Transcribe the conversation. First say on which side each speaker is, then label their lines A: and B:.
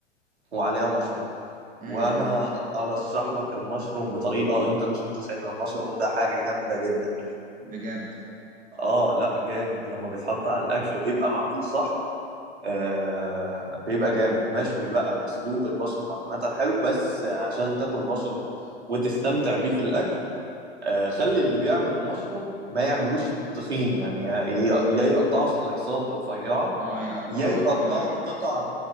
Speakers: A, on the right; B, on the right.
A: وعليها مشروم
B: امم
A: وانا ارشح لك المشروم بطريقه انت مش متخيلها المشروم ده حاجه جامده جدا
B: بجد
A: اه لا جامد لما بيتحط على الاكل ويبقى معمول صح آه بيبقى جامد مشوي بقى مسلوق المشروم عامة حلو بس عشان تاكل مشروم وتستمتع بيه في الأكل آه خلي اللي بيعمل المشروم ما يعملوش تخين يعني يا يا يقطعوا سلايسات رفيعة
B: اه يقطعوا
A: يا يقطعوا
B: بقى رفيع وكده
A: قطع